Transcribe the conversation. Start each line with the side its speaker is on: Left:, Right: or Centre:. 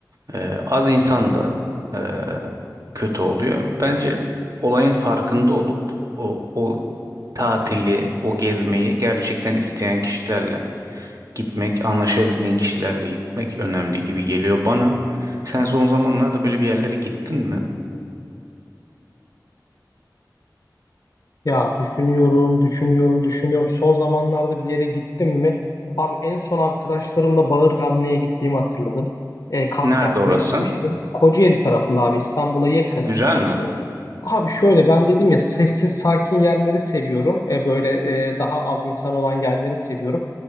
Right: Eee, az insan da eee, kötü oluyor. Bence olayın farkında olup o, o tatili o gezmeyi gerçekten isteyen kişilerle gitmek anlaşabildiğin kişilerle gitmek önemli gibi geliyor bana. Sen son zamanlarda böyle bir yerlere gittin mi?
Left: Ya düşünüyorum, düşünüyorum, düşünüyorum. Son zamanlarda bir yere gittim mi? Abi en son arkadaşlarımla Bağırganlı'ya gittiğimi hatırladım. E, kamp
Right: Nerede
Left: yapmaya
Right: orası?
Left: gitmiştim. Kocaeli tarafında abi İstanbul'a yakın.
Right: Güzel mi?
Left: Abi şöyle ben dedim ya sessiz sakin yerleri seviyorum. E, böyle e, daha az insan olan yerleri seviyorum.